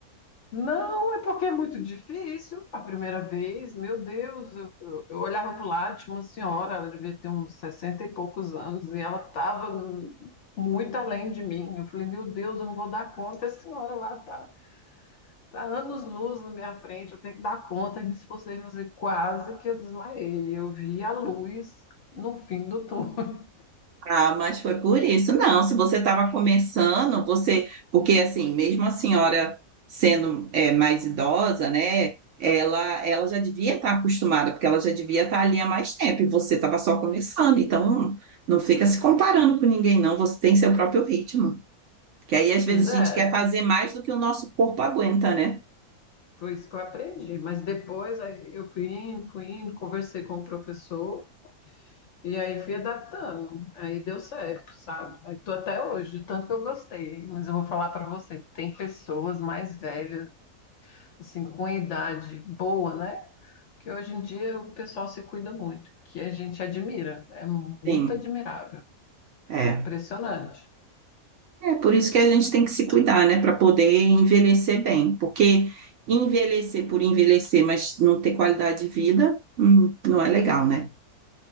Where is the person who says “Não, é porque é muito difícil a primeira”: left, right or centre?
Left